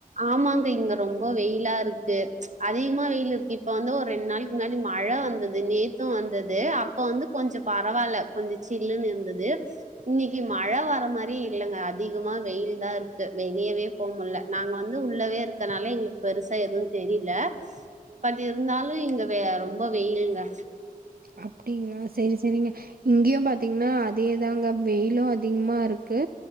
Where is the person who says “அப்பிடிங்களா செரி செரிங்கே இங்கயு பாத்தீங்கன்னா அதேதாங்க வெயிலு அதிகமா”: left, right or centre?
Right